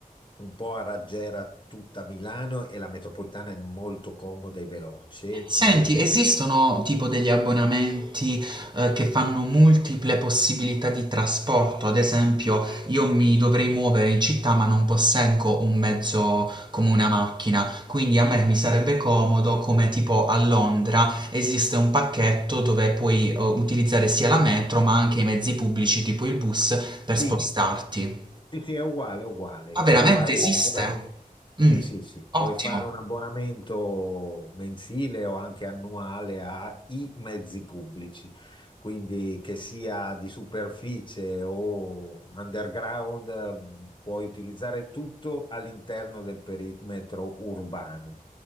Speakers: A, on the left (about 30°); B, on the right (about 30°).
A: un po' a raggiera tutta Milano e la metropolitana è molto comoda e veloce.
B: Senti,
A: eh,
B: esistono tipo degli abbonamenti, eh, che fanno multiple possibilità di trasporto? Ad esempio, io mi dovrei muovere in città, ma non posseggo un mezzo come una macchina, quindi a me mi sarebbe comodo, come tipo a Londra, esiste un pacchetto dove puoi, eh, utilizzare sia la metro, ma anche i mezzi pubblici, tipo il bus, per
A: Sì,
B: spostarti.
A: Sì, sì, è uguale, è uguale.
B: Ma veramente
A: Tu fai
B: esiste?
A: l'abbonamento.
B: Mm,
A: Sì, sì, sì.
B: ottimo.
A: Puoi fare un abbonamento mensile o anche annuale ai mezzi pubblici, quindi che sia di superficie o underground, eh, puoi utilizzare tutto all'interno del perimetro urbano.